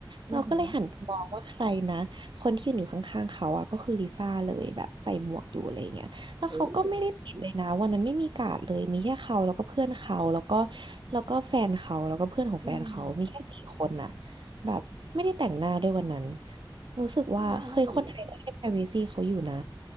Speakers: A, on the right (about 40°); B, on the right (about 65°).
A: อือหือ
B: เราก็เลยหันไปมองว่าใครนะคนที่ยืนอยู่ข้างๆเขาอะก็คือลิซ่าเลยแบบใส่หมวกอยู่อะไรอย่างเงี้ย แล้วเขาก็ไม่ได้ปิดเลยนะวันนั้นไม่มีการ์ดเลยมีแค่เขาแล้วก็เพื่อนเขาแล้วก็
A: เออ
B: แล้วก็แฟนเขาแล้วก็เพื่อนของแฟนเขามีแค่สี่คนน่ะ
A: อืม
B: แบบไม่ได้แต่งหน้าด้วยวันนั้นรู้สึกว่าเฮ้ยคนไทยก็ให้
A: ใช่
B: privacy เขาอยู่นะ